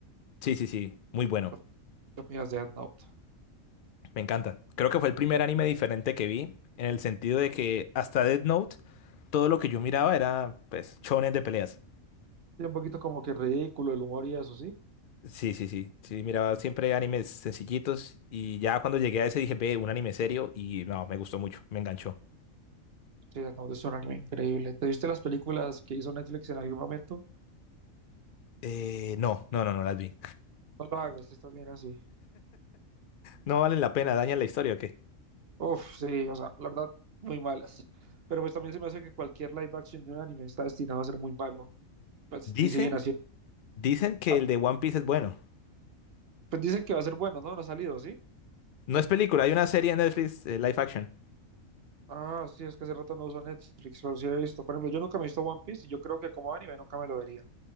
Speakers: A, on the left; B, on the right.
A: Sí, sí, sí, muy bueno.
B: Uf, ¿Qué opinas de Death Note?
A: Me encanta. Creo que fue el primer anime diferente que vi, en el sentido de que hasta Death Note, todo lo que yo miraba era, pues, shonen de peleas.
B: Sí, un poquito como que ridículo el humor y eso, ¿sí?
A: Sí, sí, sí. Sí, miraba siempre animes sencillitos y ya cuando llegué a ese dije, ve, un anime serio y no, me gustó mucho, me enganchó.
B: Sí, Death Note es un anime increíble. ¿Te viste las películas que hizo Netflix en algún momento?
A: Eh, no, no, no, no las vi.
B: No lo hagas, si estás bien así.
A: No valen la pena, dañan la historia, ¿o qué?
B: Uf, sí, o sea, la verdad, muy malas. Pero pues también se me hace que cualquier live action de un anime está destinado a ser muy malo. Pues,
A: Dicen,
B: y siguen así.
A: dicen que
B: Ah,
A: el de One Piece es bueno.
B: Pues dicen que va a ser bueno, ¿no? No ha salido, ¿sí?
A: No es película, hay una serie en Netflix, eh, live action.
B: Ah, sí, es que hace rato no uso Netflix, pero sí he visto. Por ejemplo, yo nunca me he visto One Piece y yo creo que como anime nunca me lo vería.